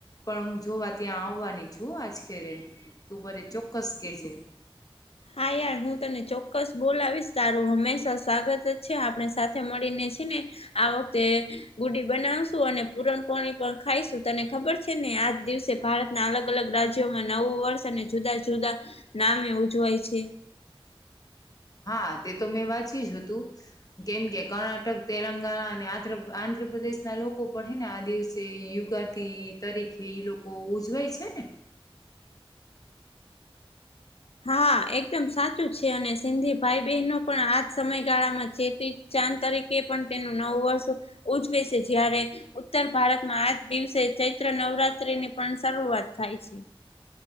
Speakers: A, on the left (about 40°); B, on the left (about 90°).
A: પણ હું જોવા ત્યાં આવવાની છું આજખેરે તું મરે ચોક્કસ કેજે.
B: હ <inaudible> હા યાર હું તને ચોક્કસ બોલાવીશ તારું હંમેશા સ્વાગત જ છે આપણે સાથે મળીને ને આ વખતે ગુડી બનાવશું અને પુરણ પાણી પણ ખાઈશું. તને ખબર છે ને આજ દિવસે ભારતના અલગ અલગ રાજ્યોમાં નવું વર્ષ અને જુદા જુદા સાામે ઉજવાય છે.
A: હા તે તો મેં વાંચ્યું જ હતું કેમ કે કર્ણાટક તેલંગાણા અને આ્ર આંધ્ર ઉત્ર પ્રદેશ ના લોકો પણ હે ને આ દિવસે યુગાથી તરીકે ઈ લોકો ઉજવાય છે ને.
B: <inaudible> હા એકદમ સાચું છે અને સિંધી ભાઈ બહેનો પણ આજ સમયગાળામાં ચેતી તરીકે પણ તેનું નવું વર્ષ ઉજવે છે જય્યારે ઉત્તર ભારતમાં આ દિવસે ચૈત્ર નવરાત્રી ની પણ શરૂઆત થાય છે.